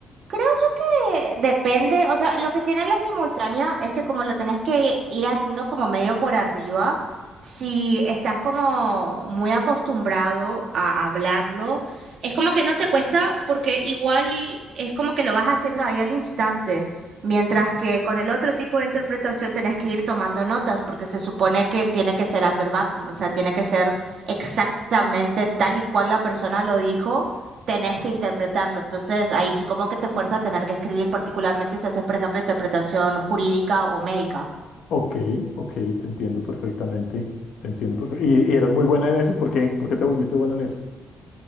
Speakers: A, on the right; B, on the left.
A: creo yo que depende, o sea, lo que tiene la simultánea es que como lo tenés que ir haciendo como medio por arriba, si estás como muy acostumbrado a hablarlo, es como que no te cuesta porque igual es como que lo vas haciendo ahí al instante, mientras que con el otro tipo de interpretación tenés que ir tomando notas porque se supone que tiene que ser ad verbatim, o sea, tiene que ser exactamente tal y cual la persona lo dijo tenés que interpretarlo. Entonces, ahí sí como que te fuerza a tener que escribir, particularmente si haces, por ejemplo, interpretación jurídica o médica.
B: Ok, ok, te entiendo perfectamente. Te entiendo perfectamente. ¿Y, y eras muy buena en eso? ¿Por qué? ¿Por qué te volviste buena en eso?